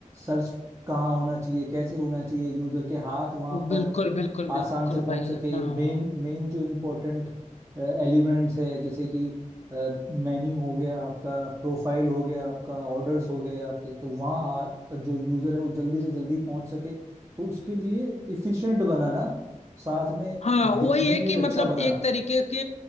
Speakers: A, on the right; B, on the left.
A: सर्च कहाँ होना चाहिए कैसे होना चाहिए यूजर के हाथ वहां पर
B: बिल्कुल बिल्कुल बिल्कुल
A: आसान से पहुंच
B: भाई
A: सके
B: हाँ
A: मेन
B: हाँ
A: मेन जो इम्पोर्टेंट एलिमेंट्स है जैसे कि मेन्यू हो गया आपका प्रोफाइल हो गया आपका ऑर्डर्स हो गए आपके तो वहाँ आ- जो यूजर है वो जल्दी से जल्दी पहुंच सके तो उसके लिए इफिशिएंट बनाना साथ में
B: हाँ वही
A: दिखने
B: है
A: में
B: कि
A: भी
B: मतलब
A: अच्छा बनाना
B: एक तरीके के